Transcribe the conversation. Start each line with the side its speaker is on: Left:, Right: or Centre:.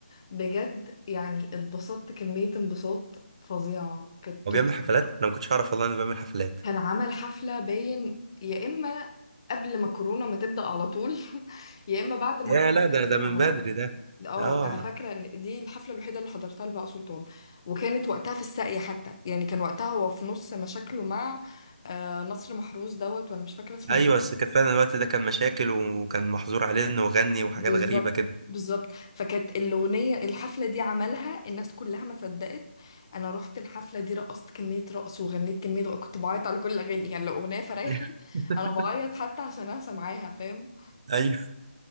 Left: بجد يعني اتبسطت كمية انبساط فظيعة كانت
Right: هو بيعمل
Left: تحفة
Right: حفلات انا ما كنتش اعرف والله انه بيعمل حفلات
Left: كان عمل حفلة باين يا إما قبل ما كورونا ما تبدأ على طول <laughs> يا إما بعد ما
Right: يا
Left: كورونا
Right: لا ده
Left: خلصت
Right: ده من
Left: على
Right: بدري
Left: طول
Right: ده
Left: اه
Right: اه
Left: انا فاكره ان دي الحفله الوحيده اللي حضرتها لبهاء سلطان وكانت وقتها في الساقيه حتى يعني كان وقتها هو في نص مشاكله مع آه، نصر محروس دوت وانا مش فاكره اسمه
Right: ايوه
Left: ايه
Right: بس كان فعلا الوقت ده كان مشاكل وكان محظور عليه انه يغني وحاجات
Left: بالظبط
Right: غريبه كده
Left: بالظبط فكانت الأغنية الحفلة دي عملها الناس كلها ما صدقت أنا رحت الحفلة دي رقصت كمية رقص وغنيت كمية رقص كنت بعيط على كل الأغاني يعني لو أغنية فرايحي
Right: ايوه <laughs>
Left: أنا بعيط حتى عشان أنا سامعاها فاهم
Right: ايوه